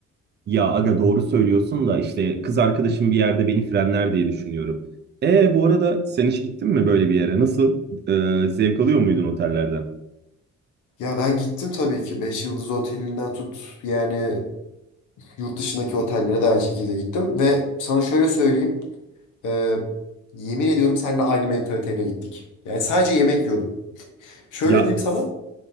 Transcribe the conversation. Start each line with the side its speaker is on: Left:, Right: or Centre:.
Right: Ya aga doğru söylüyorsun da işte kız arkadaşım bir yerde beni frenler diye düşünüyorum. E bu arada sen hiç gittin mi böyle bir yere? Nasıl? Ee, zevk alıyor muydun otellerden?
Left: Ya ben gittim tabii ki 5 yıldız otelinden tut yani yurt dışındaki otellere de aynı şekilde gittim ve sana şöyle söyleyeyim. Ee, yemin ediyorum seninle aynı mentaliteyle gittik. Yani sadece yemek yiyordum. Şöyle
Right: Ya
Left: diyeyim
Right: s-
Left: sana.